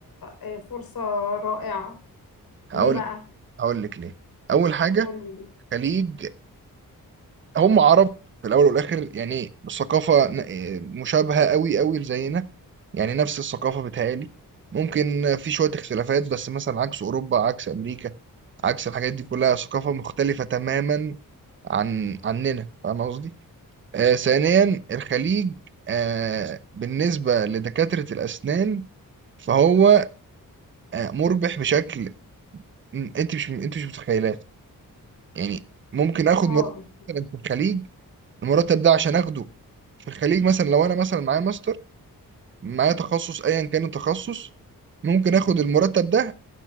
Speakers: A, on the left; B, on the right.
A: آه، فرصة رائعة
B: هقول
A: ليه بقى؟
B: هقول لك ليه اول حاجه
A: قولي لي
B: خليج هم عرب في الاول والاخر يعني الثقافه ن- آه، مشابهه قوي قوي زينا يعني نفس الثقافه بتهيألي ممكن في شويه اختلافات بس مثلا عكس اوروبا عكس امريكا عكس الحاجات دي كلها ثقافه مختلفه تماما عن عننا فاهم قصدي آه ثانيا الخليج آه بالنسبة لدكاترة الأسنان فهو آه مربح بشكل م- أنت مش أنت مش متخيلاه يعني ممكن آخد
A: آه
B: مرتب
A: أوكي.
B: مثلا في الخليج المرتب ده عشان آخده في الخليج مثلا لو أنا مثلا معايا ماستر معايا تخصص أيا كان التخصص ممكن آخد المرتب ده